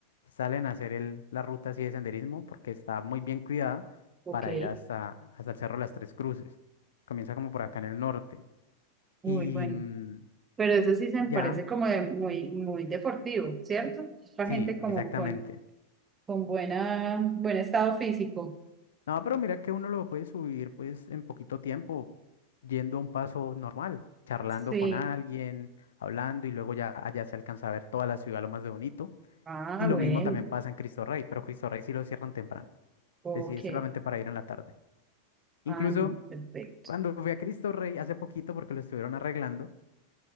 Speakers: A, on the left; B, on the right.
A: salen a hacer el- la ruta así de senderismo porque está muy bien cuidada
B: ok,
A: para ir hasta, hasta el Cerro de las Tres Cruces. Comienza como por acá en el norte
B: muy
A: y,
B: bueno.
A: mm,
B: Pero eso sí se
A: y
B: me
A: ya,
B: parece como de- muy, muy deportivo, ¿cierto? Para
A: sí,
B: gente como
A: exactamente.
B: con Con buena, buen estado físico.
A: No, pero mira que uno lo puede subir pues en poquito tiempo, yendo a un paso normal, charlando
B: Sí.
A: con alguien, hablando y luego ya allá se alcanza a ver toda la ciudad lo más de bonito.
B: Ah,
A: Y lo
B: bueno.
A: mismo también pasa en Cristo Rey, pero Cristo Rey sí lo cierran temprano.
B: Ok.
A: Es decir, es solamente para ir en la tarde. Incluso
B: Ah, no, perfecto.
A: cuando fui a Cristo Rey hace poquito porque lo estuvieron arreglando,